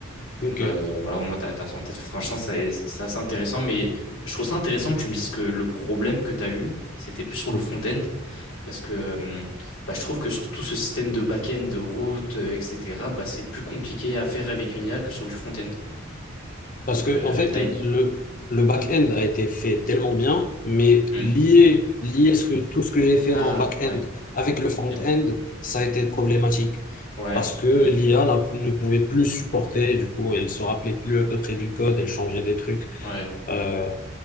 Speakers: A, on the left; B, on the left.
A: ok.
B: Donc, euh, voilà, au moins, t'as, t'as ça en tête. Franchement, ça est- c'est assez intéressant, mais je trouve ça intéressant que tu me dises que le problème que tu as eu, c'était plus sur le
A: ok.
B: front-end. Parce que euh, bah, je trouve que sur tout ce système de back-end, de route, euh, etc., bah, c'est plus compliqué à faire avec une IA que sur du front-end. Donc,
A: Parce que,
B: euh,
A: en fait,
B: t'as-
A: le, le back-end a été fait tellement bien, mais
B: Hmm.
A: lier, lier ce que- tout ce que j'ai fait
B: Ah,
A: en back-end
B: ouais.
A: avec le front-end,
B: Et enfin,
A: ça a été problématique.
B: ouais.
A: Parce que l'IA
B: Hmm.
A: n'a- ne pouvait plus supporter, du coup, elle se rappelait plus à peu près du code, elle changeait des trucs
B: Ouais.
A: euh,